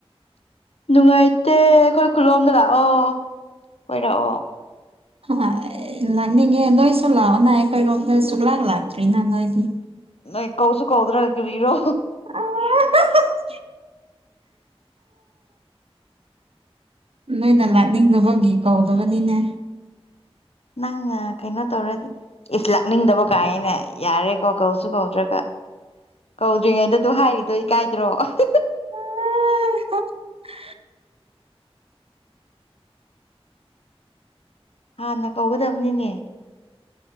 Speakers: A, on the left; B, on the right.
A: ꯅꯨꯡꯉꯥꯏꯇꯦ ꯑꯩꯈꯣꯏ ꯈꯨꯜꯂꯣꯝꯗ ꯂꯥꯛꯑꯣ ꯀꯣꯏꯔꯛꯑꯣ
B: ꯍꯥꯢ ꯂꯥꯛꯅꯤꯡꯉꯦ ꯅꯣꯏꯁꯨꯨ ꯂꯥꯛꯑꯣꯅ ꯑꯩꯈꯣꯢꯔꯣꯝꯗ ꯁꯨꯡꯂꯥꯛ ꯂꯥꯛꯇ꯭ꯔꯤ ꯅ ꯅꯣꯏꯗꯤ
A: ꯅꯣꯢ ꯀꯧꯁꯨ ꯀꯧꯗ꯭ꯔꯒ ꯀꯔꯤꯔꯣ
B: ꯑꯥ <unintelligible> ꯅꯣꯏꯅ ꯂꯥꯥꯛꯅꯤꯡꯗꯕꯒꯤ ꯀꯧꯗꯕꯅꯤꯅꯦ
A: ꯅꯪꯅ ꯀꯩꯅꯣ ꯇꯧꯔꯗꯤ ꯏꯁ ꯂꯥꯛꯅꯤꯡꯗꯕ ꯀꯥꯏꯅ ꯌꯥꯔꯦꯀꯣ ꯀꯧꯁꯨ ꯀꯧꯗ꯭ꯔꯒ ꯀꯧꯗ꯭ꯔꯤꯉꯩꯗ ꯗꯨ ꯍꯥꯏꯔꯤꯗꯣ ꯏꯀꯥꯏꯗ꯭ꯔꯣ <unintelligible>
B: <unintelligible>
A: ꯍꯥꯟꯅ ꯀꯧꯒꯗꯝꯅꯤꯅꯦ